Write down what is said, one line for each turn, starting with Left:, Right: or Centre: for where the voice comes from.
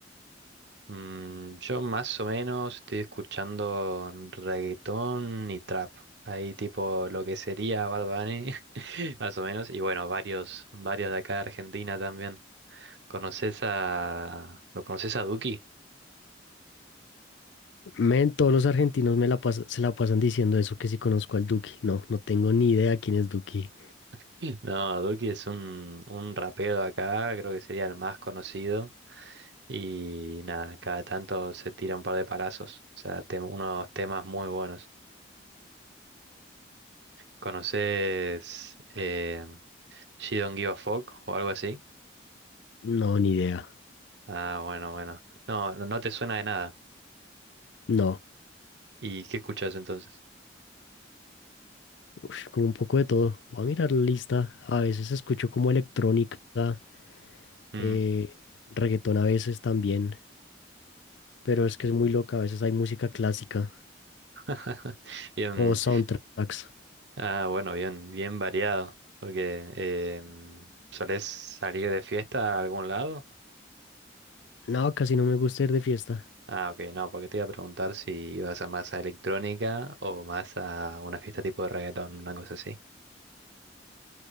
Right: Mm, yo más o menos estoy escuchando reggaetón y trap. Ahí tipo lo que sería Bad Bunny, <laughs> más o menos. Y bueno, varios, varios de acá de Argentina también. ¿Conoces a... ¿Lo conoces a Duki?
Left: Men, todos los argentinos me la pas- se la pasan diciendo eso, que si conozco al Duki. No, no tengo ni idea quién es Duki.
Right: <laughs> No, Duki es un, un rapero acá, creo que sería el más conocido. Y nada, cada tanto se tira un par de palazos. O sea, tem- unos temas muy buenos. ¿Conoces eh, She Don't Give a Fuck o algo así?
Left: No, ni idea.
Right: Ah, bueno, bueno. No, no no te suena de nada.
Left: No.
Right: ¿Y qué escuchas entonces?
Left: Uf, como un poco de todo. Voy a mirar la lista. A veces escucho como electrónica,
Right: Mm.
Left: eh, reggaetón a veces también, pero es que es muy loca. A veces hay música clásica
Right: <laughs> Bien,
Left: o soundtracks.
Right: ah, bueno, bien, bien variado. Porque eh, ¿solés salir de fiesta a algún lado?
Left: No, casi no me gusta ir de fiesta.
Right: Ah, ok, no, porque te iba a preguntar si ibas a más a electrónica o más a una fiesta tipo de reggaetón, una cosa así.